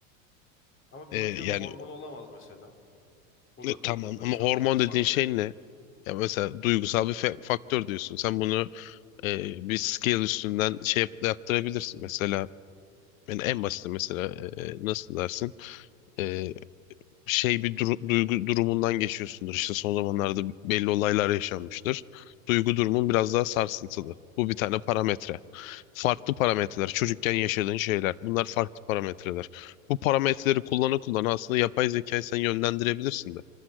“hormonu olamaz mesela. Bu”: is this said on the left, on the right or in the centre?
Left